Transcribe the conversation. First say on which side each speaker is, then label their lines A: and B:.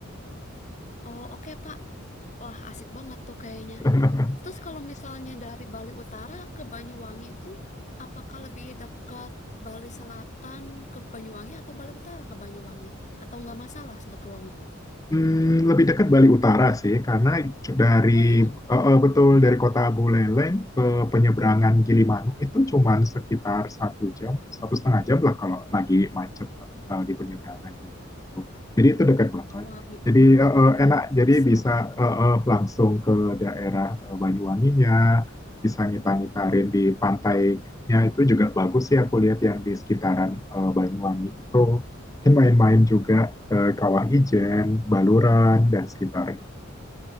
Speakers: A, on the left (about 40°); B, on the left (about 15°).
A: Oh, oke, Pak. Wah, asik banget tuh kayaknya.
B: <laughs>
A: Terus kalau misalnya dari Bali Utara ke Banyuwangi itu, apakah lebih dekat Bali Selatan ke Banyuwangi atau Bali Utara ke Banyuwangi? Atau nggak masalah sebetulnya?
B: Hmm, lebih dekat Bali Utara sih, karena dari
A: Oh iya?
B: eh,
A: Oh,
B: eh, betul
A: oke
B: dari kota
A: tuh.
B: Buleleng ke penyeberangan Gilimanuk itu cuman sekitar satu jam, satu setengah jam lah kalau lagi macet eh, di penyeberangannya kayak gitu. Jadi itu dekat banget.
A: Wah, bi-
B: Jadi eh, eh,
A: bisa,
B: enak, jadi
A: bisa.
B: bisa eh, eh, langsung ke daerah eh, Banyuwanginya, bisa ngita-ngitarin di pantainya itu juga bagus sih aku lihat yang di sekitaran eh, Banyuwangi itu. Mungkin main-main juga eh, Kawah Ijen, Baluran, dan sekitarnya.